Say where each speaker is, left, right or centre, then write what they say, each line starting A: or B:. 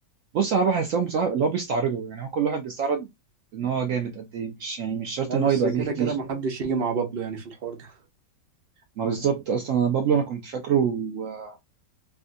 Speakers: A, on the right; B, on the right.
A: بص انا بحسهم بصراحه اللي هو بيستعرضوا يعني هو كل واحد بيستعرض ان هو جامد قد ايه مش يعني مش شرط
B: لا
A: ان
B: بس
A: هو يبقى
B: كده
A: بيف
B: كده
A: بيف
B: ما حدش يجي مع بابلو يعني في الحوار ده
A: ما بالظبط اصلا انا بابلو انا كنت فاكره آه،